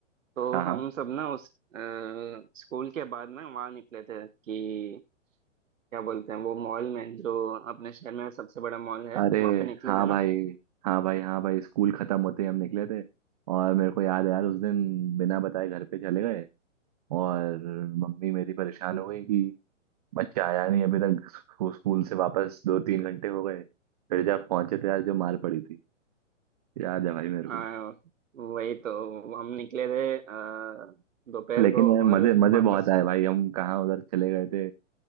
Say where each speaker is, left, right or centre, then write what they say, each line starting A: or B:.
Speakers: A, on the right; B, on the right.
A: तो
B: हाँ हाँ
A: हम सब ना उस अ, स्कूल के बाद ना वहाँ निकले थे कि क्या बोलते हैं वो मॉल में जो अपने शहर में सबसे बड़ा मॉल है
B: अरे
A: वहाँ पे निकले
B: हाँ
A: थे ना
B: भाई हाँ भाई हाँ भाई स्कूल खत्म होते ही हम निकले थे और मेरे को याद है यार उस दिन बिना बताए घर पे चले गए और मम्मी मेरी परेशान हो गई कि बच्चा आया नहीं अभी तक स्कू- स्कूल से वापस दो तीन घंटे हो गए फिर जब पहुंचे तो यार जो मार पड़ी थी याद है भाई मेरे
A: हाँ
B: को
A: वही तो हम निकले थे अ, दोपहर
B: लेकिन
A: को
B: यार मजे
A: और
B: मजे
A: वापस
B: बहुत आए भाई हम कहाँ उधर चले गए थे